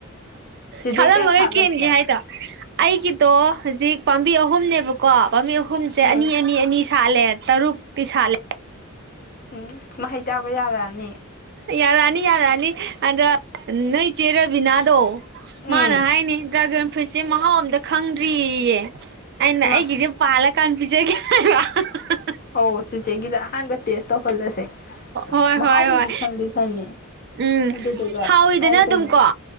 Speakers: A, on the left; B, on the right.
A: ꯆꯦꯆꯦ
B: ꯁꯥꯠꯂꯝꯃꯒ
A: ꯀꯌꯥ ꯁꯥꯠꯂꯒꯦ
B: ꯀꯦꯟꯒꯤ ꯍꯥꯏꯗꯣ ꯑꯩꯒꯤꯗꯣ ꯍꯧꯖꯤꯛ ꯄꯥꯝꯕꯤ ꯑꯍꯨꯝꯅꯦꯕꯀꯣ ꯄꯥꯝꯕꯤ ꯑꯍꯨꯝꯁꯦ
A: ꯎꯝ
B: ꯑꯅꯤ ꯑꯅꯤ ꯑꯅꯤ ꯁꯠꯂꯦ ꯇꯔꯨꯛꯇꯤ ꯁꯥꯠꯂꯦ
A: ꯎꯝ ꯃꯍꯩ ꯆꯥꯕ ꯌꯥꯔꯛꯑꯅꯤ
B: ꯌꯥꯔꯥꯅꯤ ꯌꯥꯔꯥꯅꯤ ꯑꯗ ꯅꯣꯏ ꯆꯦ ꯔꯥꯕꯤꯅꯥ ꯑꯗꯣ
A: ꯎꯝ
B: ꯃꯥꯅ ꯍꯥꯏꯅꯤ ꯗ꯭ꯔꯥꯒꯟ ꯐ꯭ꯔꯨꯢꯠꯁꯦ ꯃꯍꯥꯎ ꯑꯝꯇ ꯈꯪꯗ꯭ꯔꯤꯌꯦ ꯑꯩꯅ
A: ꯏꯃꯥ
B: ꯑꯩꯒꯤꯗꯤ ꯄꯥꯜꯂꯥ ꯀꯥꯟ ꯄꯤꯖꯒꯦ ꯍꯥꯢꯕ ꯍꯥ ꯍꯥ ꯍꯥ ꯍꯥ
A: ꯑꯧ ꯆꯤꯆꯦꯒꯤꯗ ꯑꯍꯥꯟꯕ ꯇꯦꯁ ꯇꯧꯍꯜꯂꯁꯦ
B: ꯍꯣꯏ
A: ꯃꯍꯥꯎꯕꯨꯗꯤ
B: ꯍꯣꯏ ꯍꯣꯏ
A: ꯈꯪꯗꯤ ꯈꯪꯉꯦ
B: ꯎꯝ
A: ꯑꯗꯨꯗꯨꯒ
B: ꯍꯥꯎꯋꯤꯗꯅ
A: ꯃꯥꯒꯤ
B: ꯑꯗꯨꯝ
A: ꯀꯩꯅꯣꯗꯣ
B: ꯀꯣ